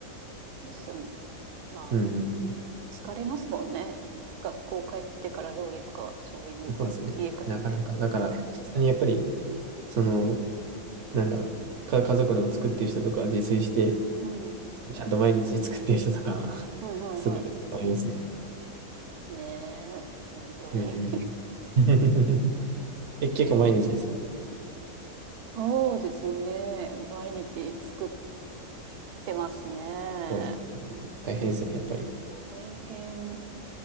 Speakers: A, on the right; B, on the right.
A: そうっすよね。まあ、
B: うんうんう
A: 疲れますもんね。学校帰ってから料理とかは、そういう、
B: ん。そうですね。
A: 家帰って。
B: なかなか、だから、
A: <laughs>
B: 普通にやっぱり、その、なんだろう、か、家族の作ってる人とか、自炊して、
A: うん。
B: ちゃんと毎日作ってる人とか、<laughs>
A: はいはいは
B: すごいと思いますね。
A: い。ねえ、本当に。
B: うんうん。<laughs> え、結構毎日ですか
A: <laughs> そうですね。毎日作ってますね。
B: そうですね。大変ですよね、やっぱり。
A: 大変。